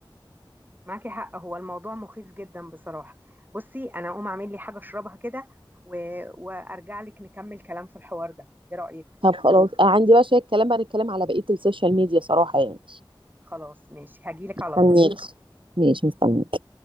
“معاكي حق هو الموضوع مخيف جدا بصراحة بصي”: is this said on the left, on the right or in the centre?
Right